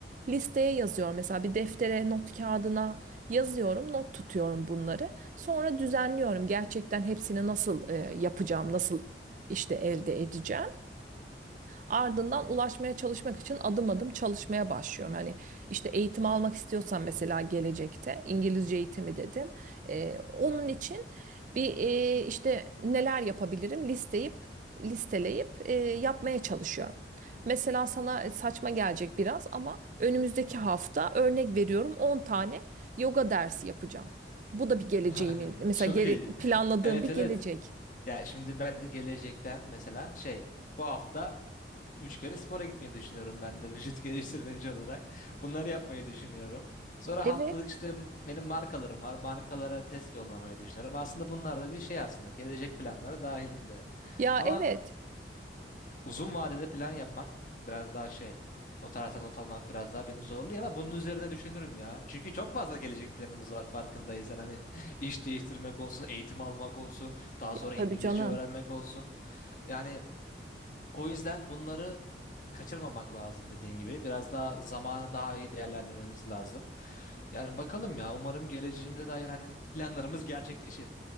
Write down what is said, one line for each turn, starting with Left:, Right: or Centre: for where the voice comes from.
Right: listeye yazıyorum. Mesela bir deftere, not kağıdına yazıyorum, not tutuyorum bunları. Sonra düzenliyorum. Gerçekten hepsini nasıl e, yapacağım, nasıl işte elde edeceğim. Ardından ulaşmaya çalışmak için adım adım çalışmaya başlıyorum. Hani işte eğitim almak istiyorsan mesela gelecekte İngilizce eğitimi dedim. Ee, onun
Left: Hı hı.
Right: için bir e, işte neler yapabilirim listeyip listeleyip e, yapmaya çalışıyorum. Mesela sana saçma gelecek biraz ama önümüzdeki hafta örnek veriyorum 10 tane yoga dersi yapacağım. Bu da bir geleceğimin
Left: <laughs>
Right: mesela
Left: Çok
Right: gele-
Left: iyi.
Right: planladığım
Left: Evet
Right: bir
Left: evet.
Right: gelecek.
Left: Ya şimdi ben de gelecekten mesela şey bu hafta Üç kere spora gitmeyi düşünüyorum ben de <laughs> vücut geliştirmeci olarak. <laughs> Bunları yapmayı düşünüyorum. Sonra
Right: Evet.
Left: haftalık işte benim markalarım var. Markalara test yollamayı düşünüyorum. Aslında bunlar da bir şey aslında. Gelecek planları dahilinde.
Right: Ya
Left: Ama
Right: evet.
Left: uzun vadede plan yapmak biraz daha şey. O taraftan not almak biraz daha beni zorluyor ama bunun üzerine düşünürüm ya. Çünkü çok fazla gelecek planımız var farkındaysan. Hani <laughs> iş değiştirmek olsun, eğitim almak olsun, daha
Right: Ya
Left: sonra
Right: tabii
Left: İngilizce
Right: canım.
Left: öğrenmek olsun. Yani o yüzden bunları kaçırmamak lazım dediğin gibi. Biraz daha zamanı daha iyi değerlendirmemiz lazım. Yani bakalım ya umarım geleceğimize dair hani planlarımız gerçekleşir.